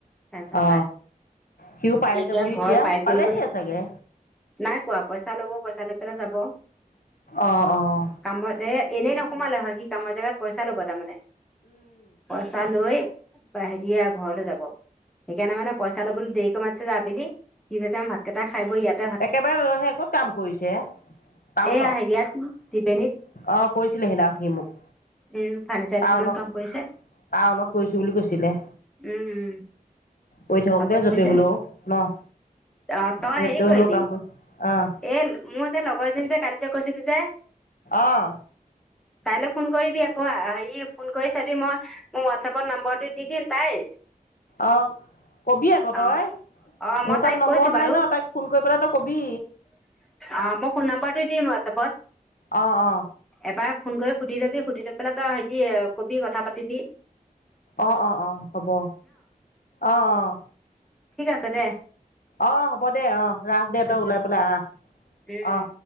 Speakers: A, in the centre; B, on the left.
A: টেনচন
B: অ,
A: নাই।
B: সিও পাই
A: সি
B: যাবহি
A: ঘৰ
B: এতিয়া,
A: পাই
B: পালেহি
A: গ'লগৈ
B: চাগে।
A: নাই পোৱা পইচা লব, পইচা লৈ পেলাই যাব।
B: অঁ অঁ
A: কামত এ এনেই নকৰে। সোমালে হয় সি কাম জাগাত পইচা লব তাৰমানে পইচা লৈ হেৰিয়া ঘৰলে যাব সেইকাৰণে মানে পইচা লবলৈ দেৰিকে মাত <unintelligible> ঠিক আছে ভাতকেইটা খাইবৈ ইয়াত
B: একেবাৰে লৈহে ক'ত কাম কৰিছে টাউনত
A: এইয়া হেৰিয়াত ত্ৰিবেণীত
B: অ কৰিছিলে সিনা সি মোক
A: উম ফাৰ্নিচাৰ দোকানত
B: টাউনত
A: কাম কৰিছে
B: টাউনত কৰিছো বুলি কৈছিলে
A: উম উম।
B: কৰি থাকক
A: তাতে
B: দে
A: কৈছে
B: য'তে হলেও ন
A: অ তই
B: য'তে
A: হেৰি কয়বি
B: হ'লেও কাম কৰি অঁ
A: এ মোৰ যে লগৰ এজনি যে কালি যে কয়চো যে
B: অঁ
A: কাইলৈ ফোন কৰিবি আ কোৱা হেৰি ফোন কৰি চাবি মই মোৰ হোৱাটছপত নাম্বৰটো দি দিম তাইৰ
B: অ কবি আকৌ
A: অ
B: তই
A: অ
B: মোৰ
A: মই তাইক
B: তাত নম্বৰ
A: কৈছো বাৰু
B: নাই ন তাইক ফোন কৰি পেলাই তই কবি
A: অ মই ফোন নাম্বাৰটো দিম ৱাটচপট
B: অ অ
A: এবাৰ ফোন কৰি সুধি লবি সুধি লৈ পেলাই তই হে কবি কথা পাতিবিলাই
B: অ অ অ হব অ অ অ
A: ঠিক আছে দে
B: অঁ হ'ব দে, অ ৰাস দে তই
A: উম
B: ওলাই পেলাই আহ
A: উম
B: আহ।